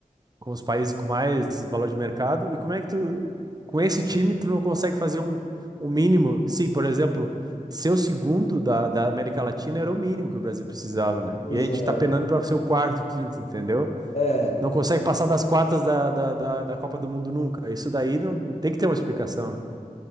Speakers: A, on the right (about 25°); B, on the left (about 45°).
A: com os países com mais valor de mercado? E como é que tu, com esse time, tu não consegue fazer um, um mínimo? Sim, por exemplo. Ser o segundo da, da América Latina era o mínimo que o Brasil precisava, né?
B: Pois
A: E a gente
B: é.
A: tá penando para ser o quarto, quinto, entendeu?
B: É,
A: Não consegue passar das quartas da, da, da, da Copa do Mundo nunca. Isso daí não tem que ter uma explicação, né?